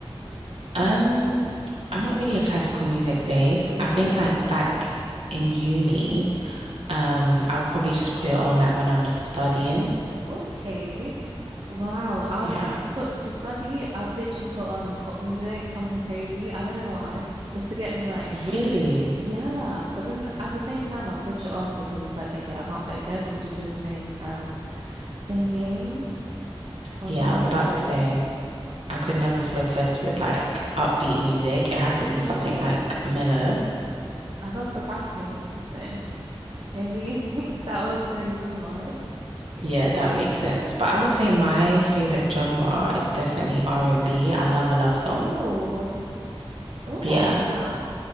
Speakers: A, on the right; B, on the right.
A: Um, I'm not really a classical music babe.
B: Nice,
A: I think like
B: nice.
A: back in uni, um, I'll probably just put it on like when I'm studying.
B: Okay. Wow. I'd
A: Yeah.
B: be to put to study, I'd literally put on pop music, something crazy. I don't know why. Just to get me like
A: Really?
B: Yeah, but then at the same time, I'd switch it off because it's like, okay, I can't focus. I'm just listening and singing whilst
A: Yeah,
B: I'm
A: I
B: meant
A: was about
B: to study.
A: to say I
B: Yeah.
A: could never focus with like upbeat music. It has
B: hmm
A: to be something like mellow. <laughs>
B: I love procrastinating, so maybe <laughs> that was the reason why.
A: Yeah, that makes sense. But I would say my favorite genre is definitely r and B. I love a love song.
B: Oh, oh,
A: Yeah,
B: yeah.